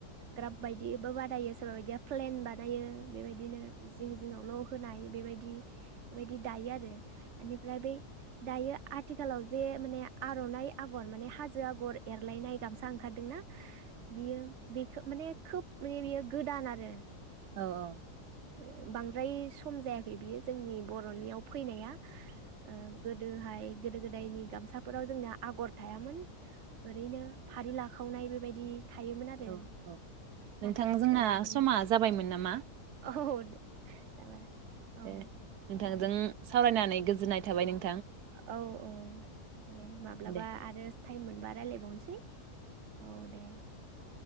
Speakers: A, on the right; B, on the right.
A: ग्राफ बायदिबो बाद दायो सोरबा बायदिया प्लेन बाद नायो बेबायदिनों जिं जि जिङावल' होनाय बेबायदि बेबायदि दायो आरो। एनिफ्राय बै दायो आथिखालाव जे माने आर'नाइ आगर माने हाजो आगर एरलायनाय गामसा ओंखारदों ना बियो बिखो माने खोब माने बियो गोदान आरो।
B: औ औ।
A: माने बांद्राय सम जायाखै बियो। जोंनि बर'नियाव फैनाया ओ गोदो फाय गोदो गोदायनि गामसा फोराव जोंना आगर थायामोन ओरैनो फारि लाखावनाय बेबायदि थायोमोन आरो
B: औ औ
A: नाथाय
B: नोंथां
A: आथिखालाव
B: जोंना
A: माने
B: समा जाबायमोन नामा।
A: औ जाबाय औ
B: दे नोंथांजों
A: दे
B: सावरायनानै गोजोननाय थाबाय नों
A: औ औ दे माब्लाबा
B: दे।
A: आरो ताइम मोनबा रायलायबावनस ओइ औ दे।